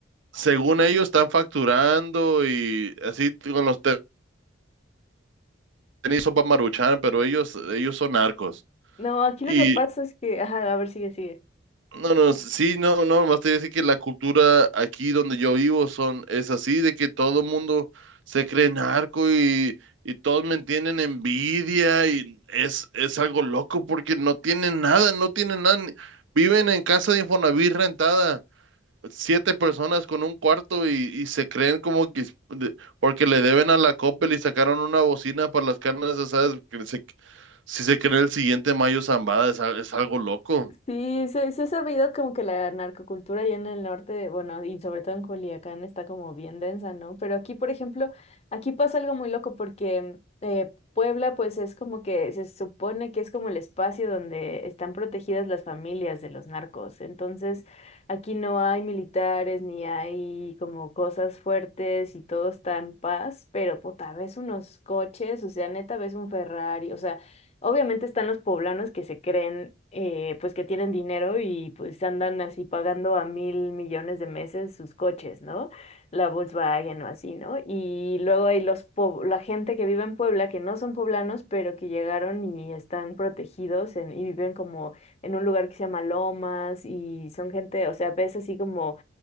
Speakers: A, on the right; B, on the left.
A: según ellos están facturando y así con los te- tenis sopa maruchan, pero ellos, ellos son narcos.
B: No, aquí
A: Y
B: lo que pasa es que, ajá, a ver, sigue, sigue.
A: no, no, sí, no, no, más te voy decir que la cultura aquí donde yo vivo son, es así, de que todo el mundo se cree narco y, y todos me tienen envidia y es, es algo loco porque no tienen nada, no tienen nada, ni- viven en casa de Infonavit rentada siete personas con un cuarto y, y se creen como que es- de- porque le deben a la Coppel y sacaron una bocina para las carnes asadas, que se- si se cree el siguiente mayo Zambada es, al- es algo loco.
B: Sí, se, se ha sabido como que la narcocultura allá en el norte, bueno, y sobre todo en Culiacán está como bien densa, ¿no? Pero aquí, por ejemplo, aquí pasa algo muy loco porque eh, Puebla, pues es como que se supone que es como el espacio donde están protegidas las familias de los narcos. Entonces, aquí no hay militares ni hay como cosas fuertes y todo está en paz, pero puta, ves unos coches, o sea, neta, ves un Ferrari, o sea. Obviamente están los poblanos que se creen, eh, pues que tienen dinero y pues andan así pagando a mil millones de meses sus coches, ¿no? La Volkswagen o así, ¿no? Y luego hay los po- la gente que vive en Puebla que no son poblanos, pero que llegaron y están protegidos en- y viven como en un lugar que se llama Lomas y son gente, o sea, ves así como